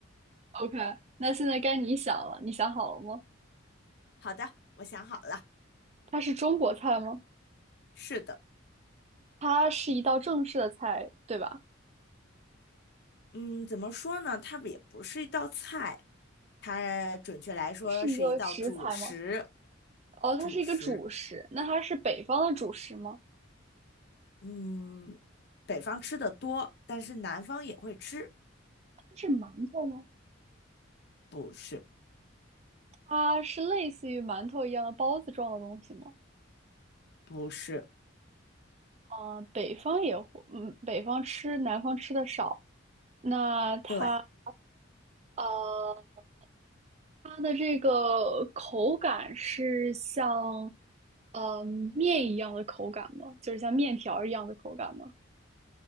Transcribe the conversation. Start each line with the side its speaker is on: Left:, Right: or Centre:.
Right: ，OK。那现在该你想了，你想好了吗？
Left: 好的，我想好了。
Right: 它是中国菜吗？
Left: 是的。
Right: 它是一道正式的菜，对吧？
Left: 嗯，怎么说呢？它也不是一道菜，它准确来说是一道主食。
Right: 它是一个食材吗？哦，它是一个主食。
Left: 主食，
Right: 那它是北方的主食吗？
Left: 嗯，北方吃的多，但是南方也会吃。
Right: 是馒头吗？
Left: 不是，
Right: 它是类似于馒头一样的包子状的东西吗？
Left: 不是，
Right: 嗯、呃北方也会，嗯，北方吃，南方吃的少。那它
Left: 对，
Right: 呃，它的这个口感是像呃面一样的口感吗？就是像面条儿一样的口感吗？